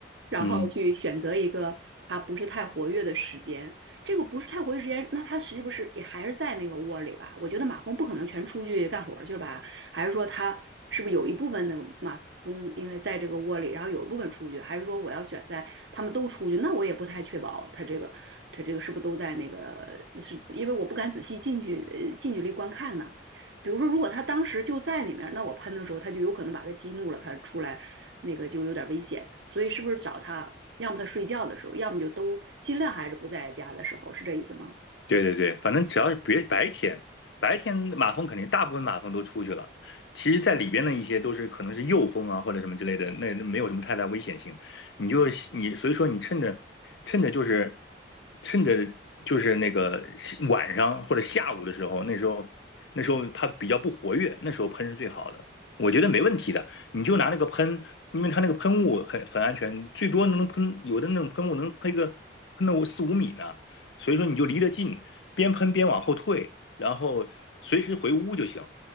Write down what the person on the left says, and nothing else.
嗯，
对对对，反正只要是别是白天，白天马蜂肯定大部分马蜂都出去了。其实，在里边的一些都是可能是幼蜂啊或者什么之类的，那那没有什么太大危险性。你就你所以说你趁着趁着就是趁着就是那个晚上或者下午的时候，那时候那时候它比较不活跃，那时候喷是最好的。我觉得没问题的，你就拿那个喷，因为它那个喷雾很很安全，最多能喷有的那种喷雾能喷个喷到四五米呢。所以说你就离得近，边喷边往后退，然后随时回屋就行，